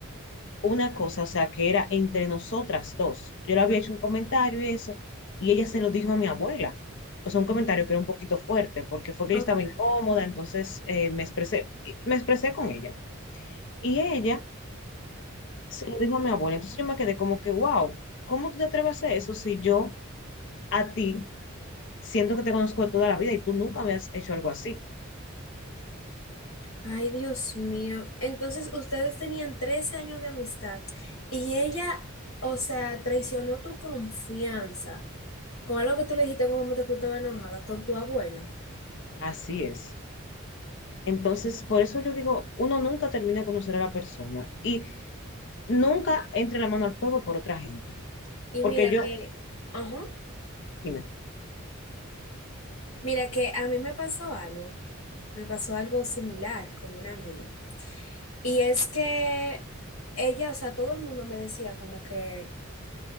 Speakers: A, on the left; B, on the left.
A: una cosa, o sea, que era entre nosotras dos. Yo le había hecho un comentario y eso, y ella se lo dijo a mi abuela. O sea, un comentario que era un poquito fuerte, porque fue que
B: ok.
A: yo estaba incómoda, entonces eh, me expresé, me expresé con ella. Y ella se lo dijo a mi abuela. Entonces yo me quedé como que, wow, ¿cómo tú te atreves a hacer eso si yo a ti siento que te conozco de toda la vida y tú nunca habías hecho algo así.
B: Ay, Dios mío. Entonces, ustedes tenían 13 años de amistad y ella, o sea, traicionó tu confianza con algo que tú le dijiste en un momento que tú estabas enojada, con tu abuela.
A: Así es. Entonces, por eso yo digo, uno nunca termina de conocer a la persona y nunca entre la mano al fuego por otra gente.
B: Y
A: Porque
B: mira
A: yo,
B: que, ajá,
A: dime,
B: mira que a mí me pasó algo, me pasó algo similar con una amiga. Y es que ella, o sea, todo el mundo me decía como que...